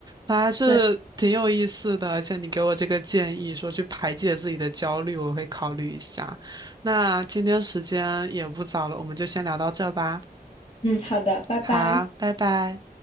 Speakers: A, on the right; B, on the left.
A: 那还是挺有意思的，
B: 对，
A: 而且你给我这个建议说去排解自己的焦虑，我会考虑一下。那今天时间也不早了，我们就先聊到这吧。
B: 嗯，好的，拜拜。
A: 好，拜拜。